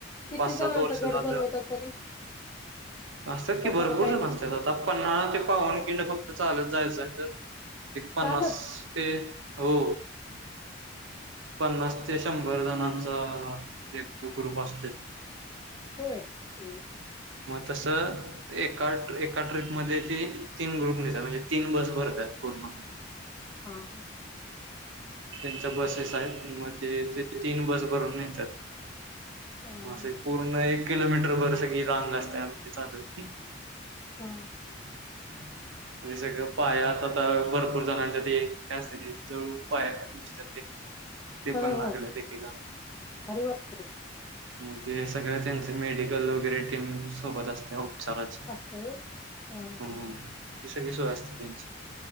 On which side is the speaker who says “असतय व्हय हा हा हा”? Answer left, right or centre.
Left